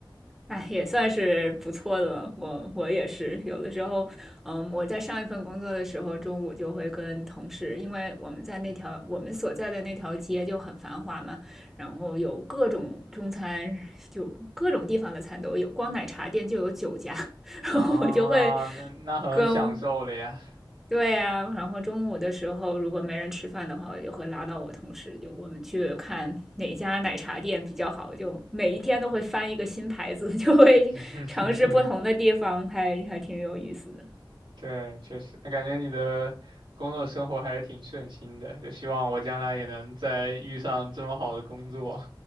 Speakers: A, in the centre; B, on the right.
A: 哎，也算是不错的了。我我也是，有的时候，嗯，我在上一份工作的时候，中午就会跟同事，因为我们在那条我们所在的那条街就很繁华嘛，然后有各种中餐，就各种地方的餐都有，光奶茶店就有九家，<laughs> 然后我就会
B: 啊，那那很享受了呀，
A: 跟对呀，然后中午的时候如果没人吃饭的话，我就会拉到我同事，就我们去看哪家奶茶店比较好，就每一天都会翻一个新牌子，<laughs> 就会尝试不同的地方，
B: <laughs> 哼哼哼
A: 还还挺有意思的。
B: 对，确实，那感觉你的工作生活还是挺顺心的，就希望我将来也能再遇上这么好的工作，